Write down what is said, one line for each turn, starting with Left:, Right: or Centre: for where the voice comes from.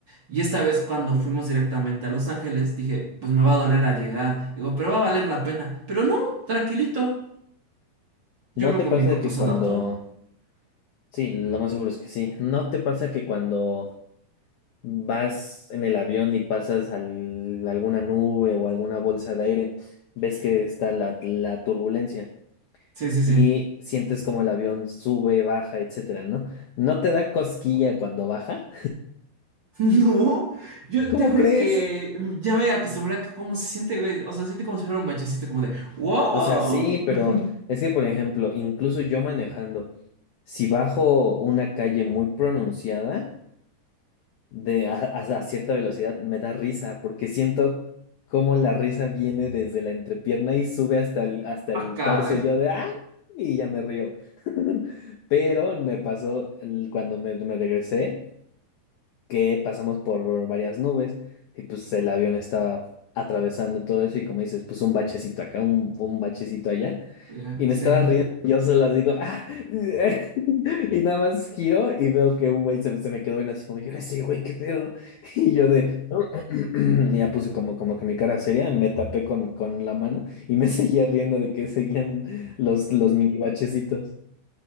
Right: Y esta vez cuando fuimos directamente a Los Ángeles, dije, pues me va a doler al llegar. Digo, pero va a valer la pena. Pero no, tranquilito. Yo
Left: ¿No
Right: creo
Left: te
Right: que
Left: pasa
Right: mi cuerpo
Left: que
Right: se
Left: cuando...
Right: adaptó.
Left: Sí, lo más seguro es que sí. ¿No te pasa que cuando vas en el avión y pasas al- alguna nube o alguna bolsa de aire, ves que está la, la turbulencia
Right: Sí, sí, sí.
Left: y sientes como el avión sube, baja, etcétera, ¿no? ¿No te da cosquilla cuando baja?
Right: <laughs> No, yo
Left: ¿Cómo
Right: te juro
Left: crees?
Right: que ya me acostumbré a que cómo se siente, güey. O sea, se siente como si fuera un bachecito, como de ¡Wow!
Left: O sea, sí,
Right: <laughs>
Left: pero es que, por ejemplo, incluso yo manejando, si bajo una calle muy pronunciada de a, a- a cierta velocidad, me da risa, porque siento cómo la risa viene desde la entrepierna y sube hasta el, hasta
Right: ¡Ah,
Left: el
Right: caray!
Left: torso y yo de ¡ah! y ya me río. <laughs> Pero me pasó el- cuando me, me regresé, que pasamos por varias nubes y pues el avión estaba atravesando todo eso y como dices, pues un bachecito acá, un, un bachecito allá.
Right: Ya,
Left: Y me
Right: sí.
Left: estaba riendo, y yo solo digo, "Ah", <laughs> y nada más giro y veo que un güey se, se me quedó bien así como, yo ese güey, qué pedo. <laughs> Y yo de, <clears throat> y ya puse como, como que mi cara seria, me tapé con, con la mano y me <laughs> seguía riendo de que seguían los, los mini bachecitos.